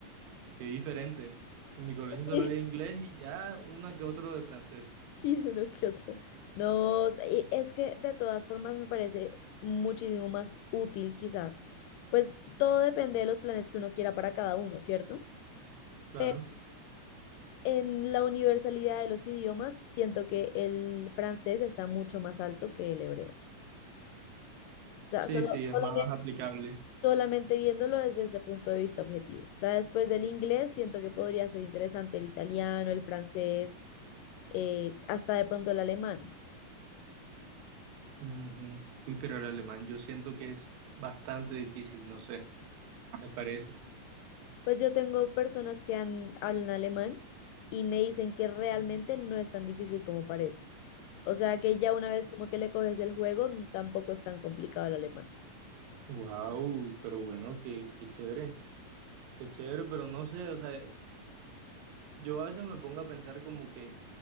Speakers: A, on the right; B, on the left.
A: Qué diferente. En mi colegio
B: <laughs>
A: solo había inglés y ya una que otro de francés.
B: Y uno que otro. No, s- y es que de todas formas me parece muchísimo más útil quizás. Pues todo depende de los planes que uno quiera para cada uno, ¿cierto?
A: Claro.
B: Pero en la universalidad de los idiomas, siento que el francés está mucho más alto que el hebreo. O sea,
A: Sí,
B: solo-
A: sí, es
B: solamente,
A: más aplicable.
B: solamente viéndolo desde ese punto de vista objetivo. O sea, después del inglés, siento que podría ser interesante el italiano, el francés, eh, hasta de pronto el alemán.
A: Ujú. Uy, pero el alemán yo siento que es bastante difícil, no sé, me parece.
B: Pues yo tengo personas que han- hablan alemán y me dicen que realmente no es tan difícil como parece. O sea, que ya una vez como que le coges el juego, n- tampoco es tan complicado el alemán.
A: Wow, pero bueno, qué, qué chévere, qué chévere, pero no sé, o sea, yo a veces me pongo a pensar como que